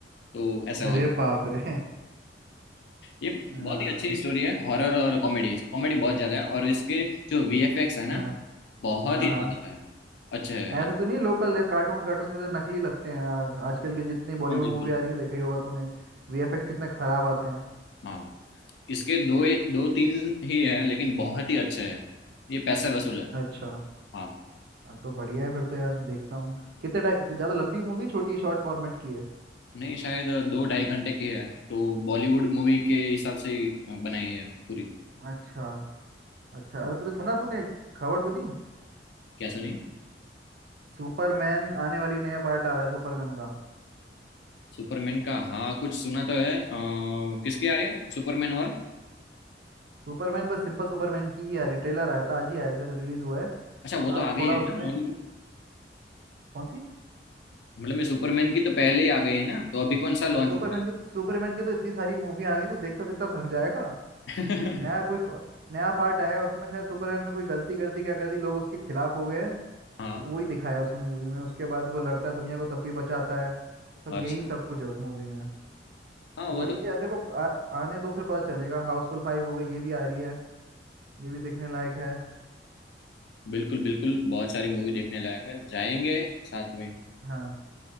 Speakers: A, on the left; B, on the right.
A: तो ऐसा
B: अरे
A: होता है
B: बाप रे
A: ये
B: हाँ
A: बहुत ही अच्छी
B: ये-
A: स्टोरी है हॉरर और कॉमेडी कॉमेडी बहुत ज्यादा है और इसके जो वीएफएक्स है ना
B: हाँ
A: बहुत
B: हाँ
A: ही
B: हाँ।
A: ज्यादा है अच्छा है
B: ऐसा तो नहीं लोकल कार्टून कार्टून से तो नकली लगते हैं आ- आजकल के जितने बॉलीवुड
A: हाँ बिल्कुल
B: मूवी आ रही है देखा ही होगा तूने वीएफएक्स कितने खराब आते हैं
A: हाँ इसके दो दो तीन ही है लेकिन बहुत ही अच्छे है ये पैसे वसूल है
B: अच्छा
A: हाँ
B: हाँ, तो बढ़िया है फिर तो यार देखता हूँ कितने टाइम ज्यादा लंबी मूवी छोटी है शॉर्ट फॉर्मेट की है
A: नहीं शायद दो ढाई घंटे की है तो बॉलीवुड मूवी के हिसाब से ही अ, बनाई है पूरी
B: अच्छा अच्छा
A: हाँ।
B: अरे तूने सुना तूने खबर सुनी
A: क्या सुनी
B: सुपरमैन आने वाली नया पार्ट आ रहा है सुपरमैन का
A: सुपरमैन का हाँ कुछ सुना तो है अ, किसकी आ रही है सुपरमैन और
B: सुपरमैन बस सिंपल सुपरमैन की ही आ रही ट्रेलर आया था आज ही आया शायद रिलीज हुआ है
A: अच्छा वो
B: आ,
A: तो आ गई
B: थोड़ा
A: है
B: उसमें
A: ना मतलब
B: कौन सी
A: मतलब मैं सुपरमैन की तो पहले ही आ गई है ना तो अभी कौन सा लॉन्च
B: सुपरमैन
A: होता
B: की सुपरमैन की तो इतनी सारी मूवी आ गई तू देखता देखता थक जाएगा
A: है
B: नया
A: <laughs>
B: कोई प, नया पार्ट आया उसमें शायद सुपरमैन ने कोई गलती कर दी क्या कर दी लोग उसके खिलाफ हो गए हैं
A: हाँ
B: वही दिखाया उस मूवी में उसके बाद वो लड़ता है दुनिया को तब भी बचाता है सब
A: अच्छा
B: यही सब कुछ है उस मूवी में
A: हाँ वो
B: बढ़िया
A: तो
B: देखो आ, आने दो फिर पता चलेगा हाउसफुल फाइव हो गई ये भी आ रही है ये भी देखने लायक है
A: बिल्कुल बिल्कुल बहुत सारी मूवी देखने लायक है जाएंगे साथ में
B: हाँ